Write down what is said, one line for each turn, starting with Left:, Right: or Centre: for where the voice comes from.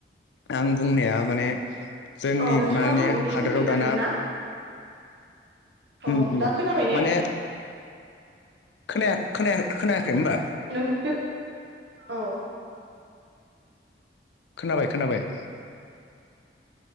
Left: आं बुंनाया माने जोंनि
Right: औ नोंथाङा
Left: माने
Right: बुंनायमोन एसे
Left: हादोराव
Right: बुंफिननो
Left: दाना
Right: हागोन ना औ
Left: उम उम
Right: दा खोनाबाय ने
Left: माने खोना-खोना-खोनायाखै होनबा?
Right: नोंसो औ
Left: खोनाबाय खोनाबाय।